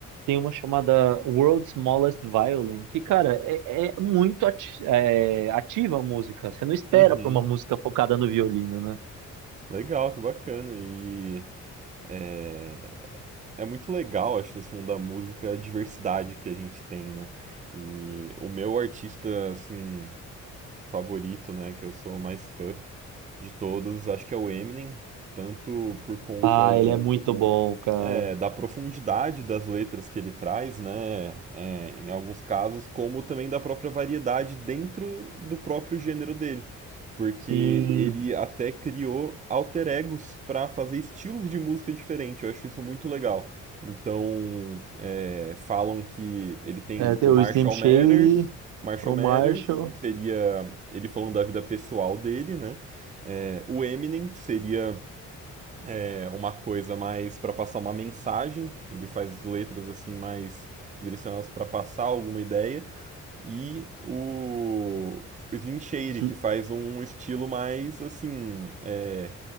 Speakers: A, on the right; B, on the right.
A: Tem uma chamada World's Smallest Violin, que, cara, é, é muito ati- é, ativa a música. Você não espera
B: Uhum.
A: pra uma música focada no violino, né?
B: Legal, que bacana. E é, é muito legal, acho, nesse mundo da música, a diversidade que a gente tem, né? E o meu artista, assim, favorito, né, que eu sou mais fã de todos, acho que é o Eminem, tanto por conta
A: Ah, ele é muito bom, cara.
B: é, da profundidade das letras que ele traz, né? É, em alguns casos, como também da própria variedade dentro do próprio gênero dele. Porque
A: Sim.
B: ele até criou alter egos para fazer estilos de música diferente. Eu acho isso muito legal. Então, é, falam que ele tem
A: É,
B: o
A: tem o
B: Marshall
A: Slim Shady,
B: Matters, Marshall
A: o
B: Matters,
A: Marshall,
B: que seria ele falando da vida pessoal dele, né? É, o Eminem, que seria é uma coisa mais para passar uma mensagem, ele faz letras assim mais direcionadas para passar alguma ideia, e o, o Slim Shady,
A: Sl-
B: que faz um estilo mais assim, é,